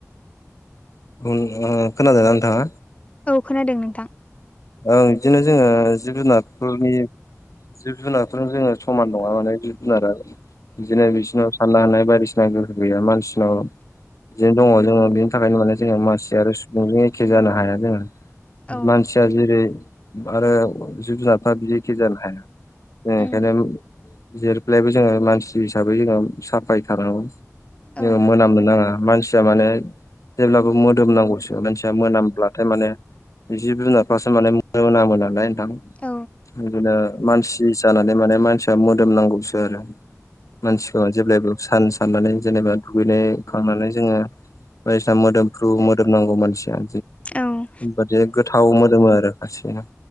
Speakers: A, on the left; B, on the left.
A: खोनादों ओम ओ नोंथाङा?
B: औ खोनादों नोंथां।
A: ओं बिदिनो जोङो जिब जुनारफोरनि जिब जुनारथ' जोङो समान नङा माने जिब जुनारा बिदिनो बिसिरनाव सानो हानाय बायदिसिना गोहो गैया मानसिनाव। लिग दङ जोङो बेनि थाखायनो माने जोङो मानसि आरो सुबुंजों एखे जानो हाया जोङोानसि
B: औ
A: फिया जेरै आरो जुब जाबफा बिदिखि जानो हाया जों ओंखायनो
B: उम
A: जेब्लायबो जोङो मानसि हिसाबै जोङो साफाय थानांगौ जों
B: औ
A: मोनामनो नाङा मानसिया माने जेब्लाबो मोदोमनांगौसो मानसिया मोनामब्लाथाय माने जि जुनार सासो माने <unintelligible> मोनामोन नालाय नोंथां
B: औ
A: बिनो मानसि जानानै माने मानसिया मोदोम नांगौसो आरो मानसिखौ जेब्लायबो सान साननानै जेनेबा दुगैनाय खांनानै जोङो बायदिसिना मोदोमफ्रु मोदोम नांगौ मानसिया
B: औ
A: बेबादि गोथाव मोदोमो आरो खासैया।